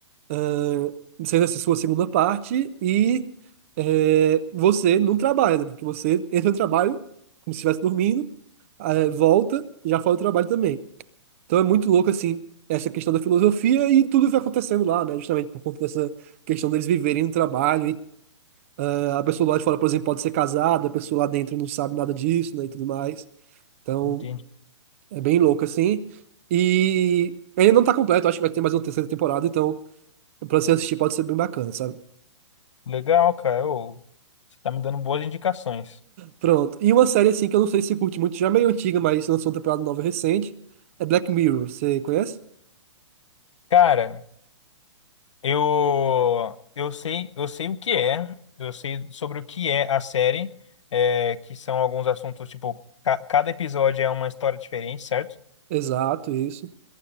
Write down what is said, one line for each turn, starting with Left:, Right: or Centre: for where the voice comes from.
Right: eh, sendo essa sua segunda parte, e eh, você não trabalha, né? Porque você entra no trabalho como se estivesse dormindo, eh, volta e já faz o trabalho também. Então é muito louco, assim, essa questão da filosofia e tudo vai acontecendo lá, né? Justamente por conta dessa questão deles viverem no trabalho. E, eh, a pessoa lá de fora, por exemplo, pode ser casada, a pessoa lá dentro não sabe nada disso, né? E tudo mais. Então
Left: Entendi.
Right: é bem louco, assim. E. Ele não tá completo, acho que vai ter mais uma terceira temporada, então pra você assistir pode ser bem bacana, sabe?
Left: Legal, cara. Ô, você tá me dando boas indicações.
Right: Pronto. E uma série assim que eu não sei se você curte muito, já é meio antiga, mas lançou uma temporada nova recente. É Black Mirror, você conhece?
Left: Cara, eu eu sei, eu sei o que é, eu sei sobre o que é a série, é, que são alguns assuntos, tipo, ca- cada episódio é uma história diferente, certo?
Right: Exato, isso.